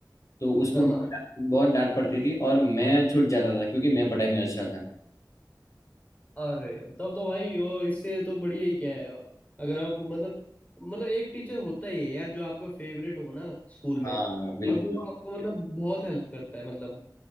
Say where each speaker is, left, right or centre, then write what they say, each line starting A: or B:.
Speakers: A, on the left; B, on the left.
A: तो उसको
B: हाँ
A: बहुत
B: हाँ।
A: बहुत डांट पड़ती थी और मैं छूट जाता था क्योंकि मैं पढ़ाई में अच्छा था
B: अरे तब तो भाई और इससे तो बढ़िया ही क्या है और अगर आप मतलब मतलब एक टीचर होता ही है यार जो आपका फेवरेट हो ना स्कूल
A: हाँ
B: में
A: बिल्कुल
B: और वो आपको मतलब बहुत हेल्प करता है मतलब